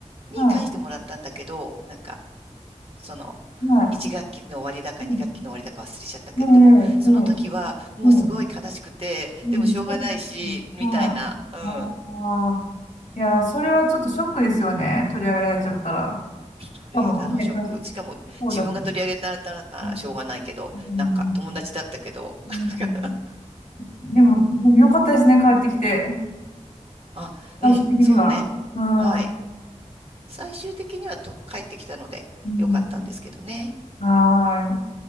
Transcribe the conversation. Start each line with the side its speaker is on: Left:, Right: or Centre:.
Right: に返してもらったんだけど、
Left: は
Right: なんか、その、
Left: い、はい、
Right: 1学期の終わりだか2学期の終わりだか忘れちゃったけど、
Left: うん、ねえ、
Right: でも、その時はもうすごい悲しくて、
Left: ねえ、ねえ、うん、
Right: でもしょうがないし、
Left: そうですね。
Right: みたいな、
Left: は
Right: うん。
Left: い。ああ。いやー、それはちょっとショックですよね。取り上げられちゃったら。
Right: 取り上げたのはショック。
Left: しかもね、貸し
Right: しかも、
Left: そうだし。
Right: 自分が取り上げたらならしょうがないけど、
Left: うん。うん
Right: なんか友達だったけど、
Left: うん
Right: <laughs>
Left: でも、でもよかったですね。帰ってきて。
Right: あ、
Left: 最終的には。
Right: うん、そうね。
Left: うん。
Right: はい。最終的にはと帰ってきたので、
Left: うん。
Right: よかったんですけどね。
Left: はーい。